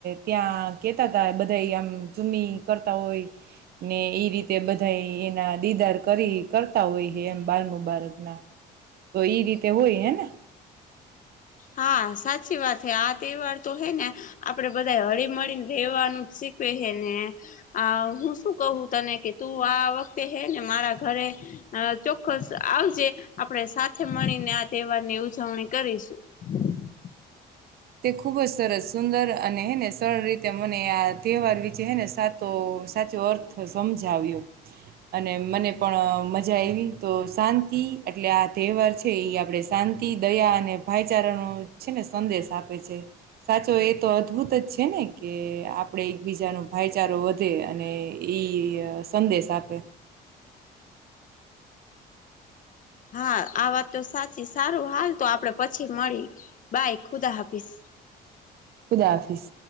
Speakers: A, on the right; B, on the left.
A: ત્યાં કેતા હતાા બધા આમ ચૂમમી કરતા હોય ને એ રીતે. બધા એના દિદાર કરી કરતા હોય છે એમ બાલ મુબારક ના. તો એઈ રીતે હોય હેને.
B: હા સાચી વાત હ આ તહેવાર તો હે ને આપડે બધા હળીમળી ને રેવાનુંી. ેને હું શું કું તને કે તું આ વખતે હે ને મારા ઘરે. અ ચોક્કસ આવજે આપણેે સાથે મળીને આ તહેવાર ની ઉજવણી કરીશું. હમ.
A: તે ખુબ જ સરસ સુંદર અને હેને સરળ રીતે મને આ તહેવાર વિચે હેને સાત. તો સાચો અર્થ સમજાવ્યો અને મને પણ મજા આવી. તો શાંતિ. એટલે આ તહેવાર છે એ આપણે શાંતિ દયા અને ભાઈચારાનો છે ને સંદેશ આપી. સાચો એ તો અદભુત જ છે ને કે આપણે એકબીજાનો ભાઈચારો વધે. અને એ સંદેશ આપે.
B: હા આ વાત તો સાચી સારું હાલ તો આપડે પછી મળી બાય ખુદા હાફીશ.
A: ખુદા હાફીસ.